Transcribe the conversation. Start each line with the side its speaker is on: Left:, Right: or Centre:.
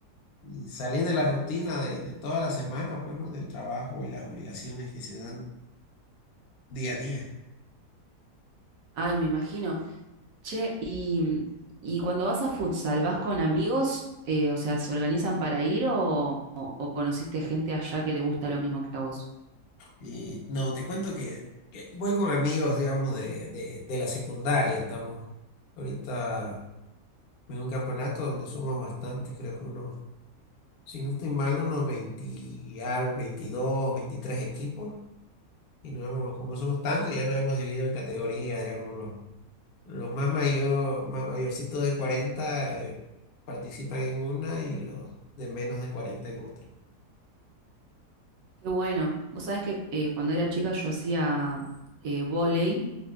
Left: y salir de la rutina de, de toda la semana, pues, ¿no? Del trabajo y las obligaciones que se dan día a día.
Right: ay, me imagino. Che, y, y cuando vas a futsal, ¿vas con amigos? Eh, o sea, ¿se organizan para ir o, o o conociste gente allá que le gusta lo mismo que a vos?
Left: Y, no, te cuento que, que voy con amigos, digamos, de, de, de la secundaria. Estamos ahorita en un campeonato donde somos bastantes, creo que unos, si no estoy mal, unos 20, al- 22 23 equipos. Y nos hemos- como somos tantos, ya nos hemos dividido en categorías, digamos, los, los más mayor, ma- mayorcitos de cuarenta eh, participan en una y los de menos de cuarenta en otra.
Right: Qué bueno. Vos sabés que eh, cuando era chica yo hacía eh, vóley,